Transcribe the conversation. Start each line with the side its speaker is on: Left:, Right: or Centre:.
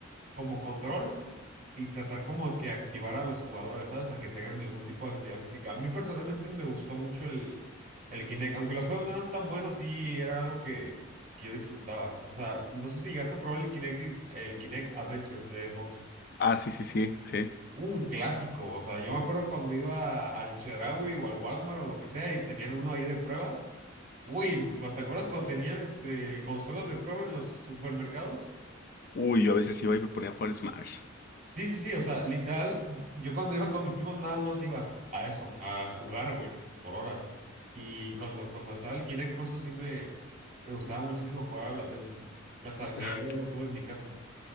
Right: como control. Y tratar como que activar a los jugadores, ¿sabes? A que tengan algún tipo de actividad física. A mí personalmente me gustó mucho el, el Kinect. Aunque los juegos no eran tan buenos, sí era algo que, que yo disfrutaba. O sea, no sé si llegaste a probar el Kinect, y- el Kinect Adventures de Xbox.
Left: Ah, sí, sí, sí, sí.
Right: Un clásico. O sea, yo me acuerdo cuando iba al Chedraui o al Walmart o lo que sea y tenían uno ahí de prueba. Uy, ¿te acuerdas cuando tenían este, consolas de prueba en los supermercados?
Left: Uy, yo a veces iba y me ponía a jugar Smash.
Right: Sí, sí, sí, o sea, literal, yo cuando iba con mis primos nada más iba a eso, a jugar, güey, por horas. Y cuando, cuando estaba el Kinect puesto sí me, me gustaba muchísimo jugar al Adventures, hasta que
Left: <laughs>
Right: ya luego lo tuve en mi casa.